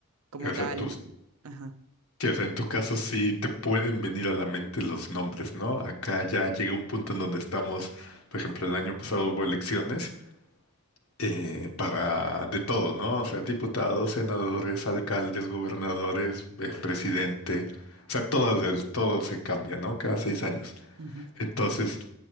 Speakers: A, on the right (about 75°); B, on the left (about 70°).
A: Como
B: O
A: tal.
B: sea, tus,
A: Ajá.
B: que, o sea, en tu caso sí te pueden venir a la mente los nombres, ¿no? Acá ya llega un punto en donde estamos, por ejemplo, el año pasado hubo elecciones eh, para de todo, ¿no? O sea, diputados, senadores, alcaldes, gobernadores, eh, presidente, o sea, todo, el- todo se cambia, ¿no? Cada seis años.
A: ujú.
B: Entonces,